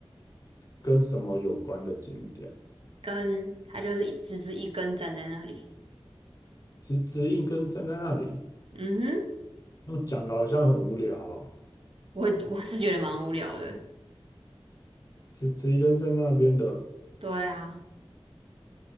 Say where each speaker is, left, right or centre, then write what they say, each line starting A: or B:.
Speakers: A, on the left; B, on the right.
A: 跟什么有关的景点，
B: 根，它就是一直直一根站在那里。
A: 直直一根站在那里，
B: 嗯哼，
A: 用讲的好像很无聊哦，
B: 我我是觉得蛮无聊的。
A: 直直一根站在那边的，
B: 对啊，